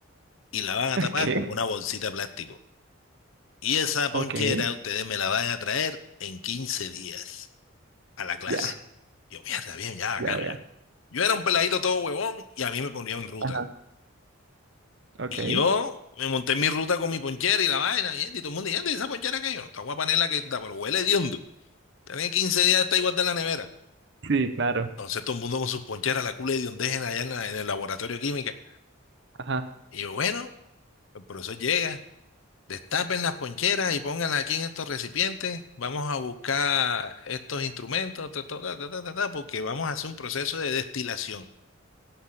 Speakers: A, on the left; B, on the right.
A: y la van a
B: <laughs>
A: tapar
B: ¿Qué?
A: con una bolsita de plástico. Y esa ponchera
B: Ok.
A: ustedes me la van a traer en 15 días a la clase.
B: Ya,
A: Yo, mierda, bien, ya, bacano,
B: ya, ya.
A: ya. Yo era un peladito todo huevón y a mí me ponía en ruta.
B: Ajá. Ok.
A: Y yo me monté en mi ruta con mi ponchera y la vaina, y, y todo el mundo, y esa ponchera que yo, no está guapanela que está, pero huele hediondo. Tiene 15 días, está igual de en la nevera.
B: Sí, claro.
A: Entonces todo el mundo con sus poncheras, la cula de hediondez allá en, la- en el laboratorio de química.
B: Ajá.
A: Y yo, bueno, el profesor llega, Destapen las poncheras y pónganlas aquí en estos recipientes. Vamos a buscar estos instrumentos, ta, ta, ta, ta, ta, ta, ta, porque vamos a hacer un proceso de destilación.